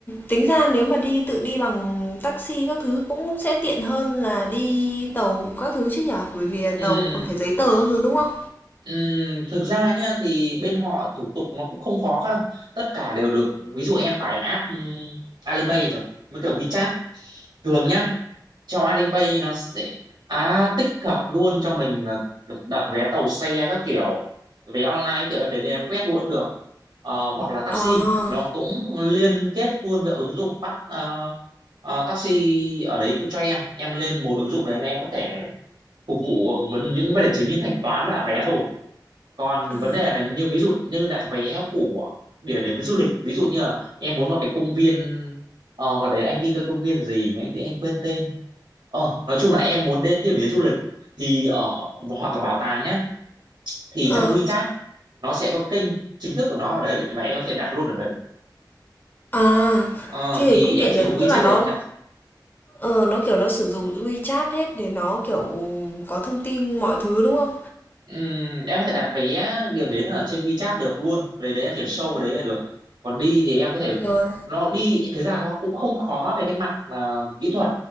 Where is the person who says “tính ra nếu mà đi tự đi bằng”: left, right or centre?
Left